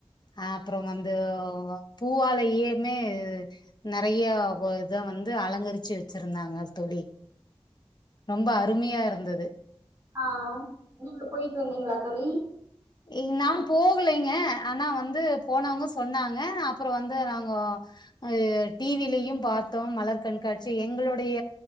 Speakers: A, on the left; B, on the right.
A: ஆஹ் அப்றோ வந்து பூவாலையே மே நெறையா போ இத வந்து அலங்கரிச்சு வச்சிருந்தாங்க தோழி ரொம்ப அருமையா இருந்தது
B: ஆஹ் நீங்க போயட்டு வந்தீங்ளா தோழி
A: ஏ நாங் போகலைங்க ஆனா வந்து போனவ்ங்க சொன்னாங்க அப்றோ வந்து நாங்க அஹ் டி வி லயு பாத்தோ மலர் கண்காட்சி எங்களோடைய